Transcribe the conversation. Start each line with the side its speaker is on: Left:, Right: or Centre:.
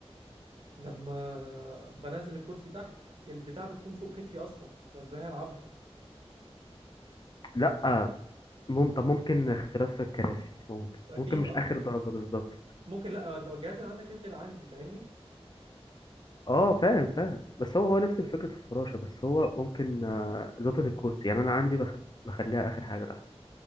Right: لما بنزل الكرسي تحت البتاع بتكون فوق كتفي اصلا فازاي هلعبها
Left: لا مم... طب ممكن اختلاف في الكراسي ممكن
Right: اكيد
Left: ممكن مش
Right: اه
Left: اخر درجة بالظبط
Right: ممكن لا انت الجهاز اللي عندك اكيد غير عندي فاهمني
Left: اه فاهم فاهم بس هو هو نفس فكرة الفراشة بس هو ممكن آه، إضافة الكرسي يعني أنا عندي بخ... بخليها آخر حاجة تحت